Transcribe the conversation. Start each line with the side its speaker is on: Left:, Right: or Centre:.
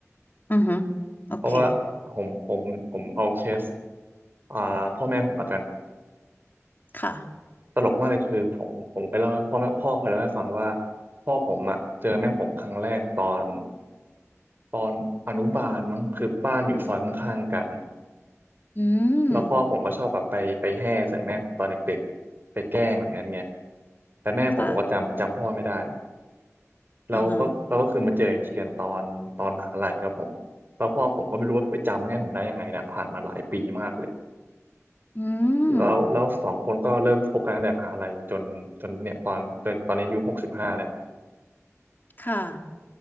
Left: อือฮึโอเค
Right: เพราะว่าผมผมผมเอาเคสอ่าพ่อแม่ผมละกัน
Left: ค่ะ
Right: ตลกมากเลยคือผมผมเคยเล่าให้พ่อแม่พ่อเคยเล่าให้ฟังว่าพ่อผมอะเจอแม่ผมครั้งแรกตอนตอนอนุบาลมั้งคือบ้านอยู่ซอยข้างๆกัน
Left: อื
Right: แล้วพ่อผมก็ชอบแบบไปไปแห่ใส่แม่ผมตอนเด็กๆไปแกล้งอะไรเงี้ยไง
Left: ม
Right: แต่แม่ผมบอกว่าจำจำพ่อไม่ได้
Left: ค่ะ
Right: เราก็เราก็คือมาเจออีกทีกันตอนตอนมหาลัยครับผมแล้วพ่อผมก็ไม่รู้ว่าไปจำแม่ผมได้ยังไงนะผ่านมาหลายปีมากเลย
Left: อือฮะอื
Right: แล้วแล้วสองคนก็เริ่มคบกันตั้งแต่มหาลัยจนจนเนี่ยตอนจนตอนนี้อายุหกสิบห้าแล้ว
Left: มค่ะ